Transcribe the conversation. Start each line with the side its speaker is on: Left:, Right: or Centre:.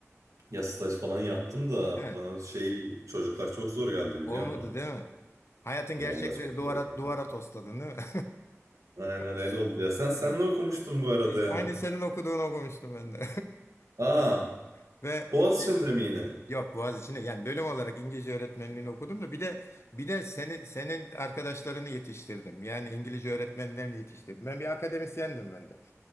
Right: ya staj falan yaptım da
Left: He,
Right: bana şey çocuklar çok zor geldi biliyor
Left: olmadı
Right: musun?
Left: değil mi? Hayatın
Right: Ya
Left: gerçekleri
Right: vallahi çok
Left: duvara
Right: zor geldi.
Left: duvara tosladın değil mi?
Right: Aynen
Left: <laughs>
Right: öyle oldu ya. Sen sen
Left: Evet.
Right: ne okumuştun bu arada ya?
Left: Aynı senin okuduğunu okumuştum ben de.
Right: Aa,
Left: <laughs> Ve
Right: Boğaziçi'nde
Left: şey,
Right: mi yine?
Left: yok Boğaziçi'ne yani bölüm olarak İngilizce öğretmenliğini okudum da bir de bir de seni senin arkadaşlarını yetiştirdim. Yani İngilizce öğretmenlerini yetiştirdim. Ben bir akademisyendim ben de.